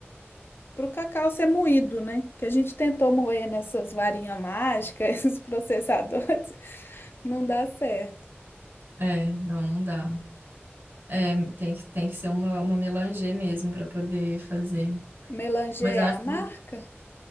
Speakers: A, on the left (about 55°); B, on the right (about 55°).
A: para o cacau ser moído, né? Que a gente tentou moer nessas varinhas mágicas, <laughs> esses processadores, não dá certo.
B: É, não, não dá. É, tem que, tem que ser uma, uma melanger mesmo para poder fazer.
A: Melanger
B: Mas eu
A: é
B: acho
A: a marca?
B: que